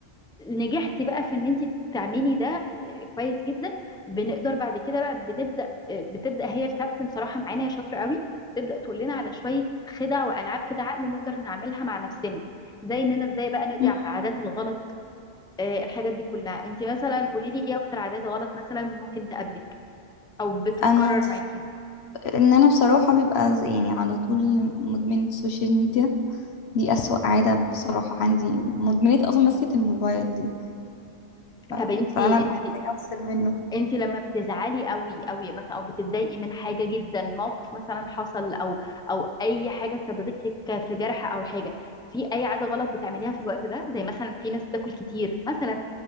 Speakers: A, in the centre; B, on the left (about 60°).
A: نجحتي بقى في ان انت تعملي ده آه، كويس جدا بنقدر بعد كده بقى بنبدا آه، بتبدا هي الكابتن بصراحه معانا هي شاطره قوي تبدا تقول لنا على شويه خدع والعاب كده عقل نقدر نعملها مع نفسنا زي اننا ازاي بقى نقضي
B: مم.
A: على العادات الغلط آه، الحاجات دي كلها انت مثلا قولي لي ايه اكتر عادات غلط مثلا ممكن تقابلك او بتتكرر
B: انا
A: معاكي
B: ان انا بصراحة بيبقى ز- يعني على طول مدمنة السوشيال ميديا دي أسوأ عادة بصراحة عندي مدمنية أصلا مسكة الموبايل دي ف...
A: طب انت
B: فأنا
A: انت
B: محتاجة أفصل منه
A: انت لما بتزعلي قوي قوي مثلا او بتتضايقي من حاجه جدا موقف مثلا حصل او او اي حاجه سببت لك في جرح او حاجه في اي عاده غلط بتعمليها في الوقت ده زي مثلا في ناس بتاكل كتير مثلا